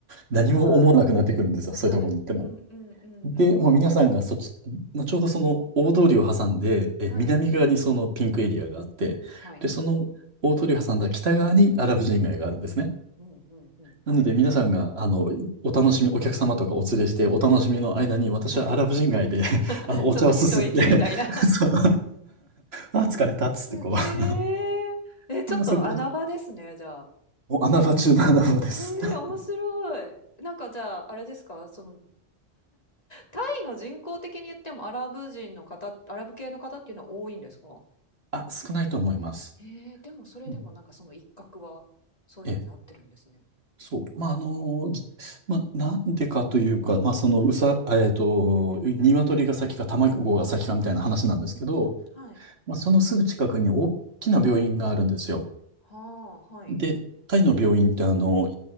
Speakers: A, on the right; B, on the left.
A: 何も思わなくなってくるんですよ。
B: まあ、
A: そういうところに行っても。
B: はい。うんうんうんうんうん。
A: で、もう皆さんがそっち、まあちょうどその大通りを挟んで、
B: はい。
A: え、南側にそのピンクエリアがあって、
B: はい。
A: で、その大通りを挟んだ北側にアラブ人街があるんですね。
B: うんうんうん。はい。
A: なので皆さんが、あの、お楽しみ、お客様とかお連れしてお楽しみの間に、
B: はい。
A: 私はアラブ人街で
B: <laughs>
A: <laughs> あの、お茶をすすって
B: ちょっと一息みたいな。
A: <laughs>
B: <laughs>
A: そう、<laughs> あ、疲れたっつってこう、
B: へえ。
A: <laughs>
B: え、ちょっと穴場ですね、
A: 今そこで、
B: じゃあ。
A: もう穴場中の穴場です。
B: ええ、
A: <laughs>
B: 面白い。なんかじゃあ、あれですか、その、タイの人口的に言ってもアラブ人の方、アラブ系の方っていうのは多いんですか
A: あ、少ないと思います。
B: へえ、でもそれでもなんかその一角は、
A: うん
B: そういうふうになってるんですね。
A: ええそう。まあ、あの、じまあ、なんでかというか、まあ、その、
B: はい。
A: うさ、えっと、鶏が先か卵が先かみたいな話なんですけど、
B: うんうん。はい。
A: まあ、そのすぐ近くに大きな病院があるんですよ。
B: はあ、はい。
A: で、タイの病院ってあの、